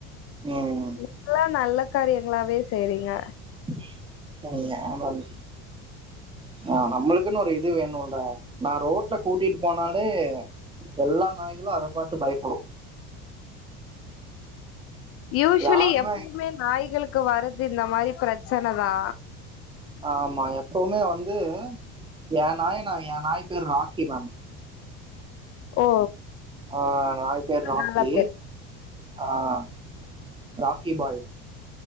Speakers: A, on the right; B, on the left.
A: ம்
B: இப்டில்லா நல்ல காரியங்களாவே செய்றீங்க
A: ம் அதாங் ஆஹ் நம்மளுக்குன்னு ஒரு இது வேணுல நா ரோட்ல கூட்டிட்டு போனாலே எல்லா நாய்களு அத பாத்து பயப்புடு
B: யூஸ்சுலி
A: யாருமே
B: எப்பவுமே நாய்களுக்கு வரது இந்த மாரி பிரச் சன தா
A: ஆமா எப்பவுமே வந்து எ நாய் நா எ நாய் பேர் ராக்கி மேம்
B: ஓ
A: ஆஹ் நாய் பேர் ராக்கி
B: நல்ல பேரு
A: ஆஹ் ராக்கிபாய்